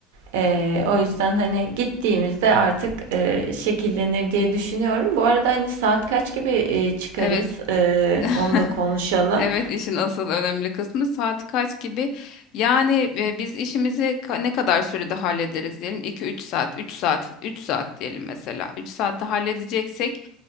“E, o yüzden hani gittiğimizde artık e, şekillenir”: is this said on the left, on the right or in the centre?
Right